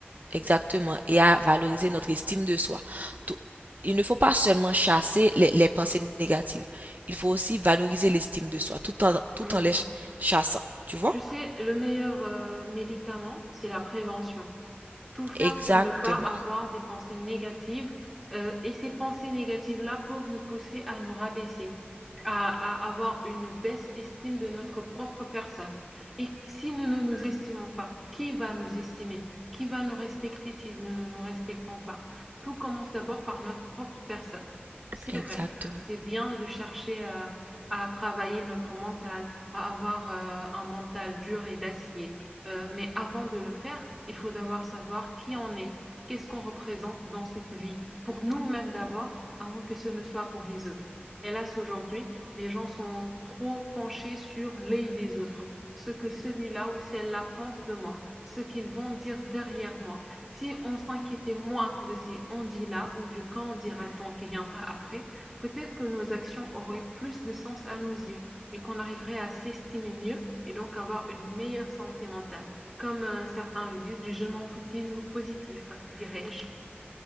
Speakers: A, on the right (about 45°); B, in the centre.
A: exactement, et à valoriser notre estime de soi. Tout- il ne faut pas seulement chasser les, les pensées négatives, il faut aussi valoriser l'estime de soi tout en, tout
B: Honnêtement.
A: en les chassant, tu vois?
B: Tu sais, le meilleur euh, médicament, c'est la prévention. tout faire
A: Exactement.
B: pour ne pas avoir des pensées négatives. euh, et ces pensées négatives-là peuvent nous pousser à nous rabaisser, à, à avoir une baisse estime de notre propre personne. Et si nous ne nous estimons pas, qui va nous estimer? Qui va nous respecter si nous ne nous respectons pas? Tout commence d'abord par notre propre personne. C'est
A: Exactement.
B: vrai, c'est bien de chercher euh, à travailler notre mental, à avoir euh, un mental dur et d'acier euh, mais avant de le faire, il faut d'abord savoir qui on est, qu'est-ce qu'on représente dans cette vie, pour nous-mêmes d'abord, avant que ce ne soit pour les autres. Hélas, aujourd'hui, les gens sont trop penchés sur les des autres, ce que celui-là ou celle-là pense de moi, ce qu'ils vont dire derrière moi. Si on s'inquiétait moins de ces on dit là ou du quand on dira-t-on qui viendra après, peut-être que nos actions auraient plus de sens à nos yeux et qu'on arriverait à s'estimer mieux et donc avoir une meilleure santé mentale. Comme euh, certains le disent, du je m'en foutisme positif, dirais-je.